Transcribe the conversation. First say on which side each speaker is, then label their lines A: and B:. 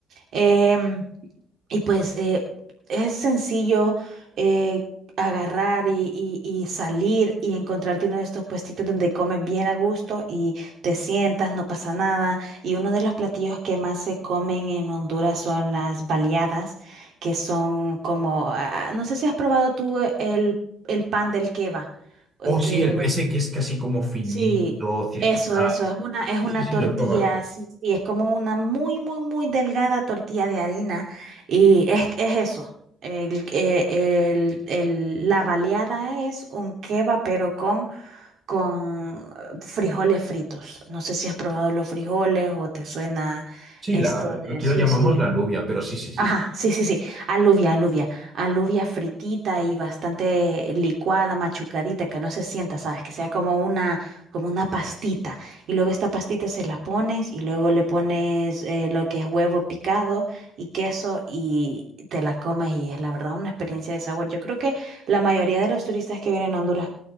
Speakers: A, on the right; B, on the right.
A: Em, y pues eh, es sencillo eh, agarrar y, y- y salir y encontrarte uno de estos puestitos donde comes bien a gusto y te sientas, no pasa nada. Y uno de los platillos que más se comen en Honduras son las baleadas, que son como, ah, ah, no sé si has probado tú eh, el, el pan del queva,
B: Oh,
A: eh,
B: sí,
A: que
B: el, ese que es casi como finito,
A: Sí,
B: circular.
A: eso, eso, es una, es
B: Sí,
A: una
B: sí, sí,
A: tortilla,
B: lo he probado.
A: sí, sí, es como una muy, muy, muy delgada tortilla de harina y es, es eso. El, eh, el- el- la baleada es un kebab, pero con, con eh, frijoles fritos. No sé si has probado los frijoles o te suena
B: Sí,
A: esto
B: la,
A: de,
B: aquí
A: sí,
B: lo llamamos
A: sí.
B: la alubia, pero sí, sí, sí.
A: Ajá, sí, sí, sí, alubia, alubia, alubia fritita y bastante licuada, machucadita, que no se sienta, ¿sabes? Que sea como una, como una pastita. Y luego esta pastita se la pones y luego le pones eh, lo que es huevo picado y queso y te la comes y es la verdad una experiencia de sabor. Yo creo que la mayoría de los turistas que vienen a Honduras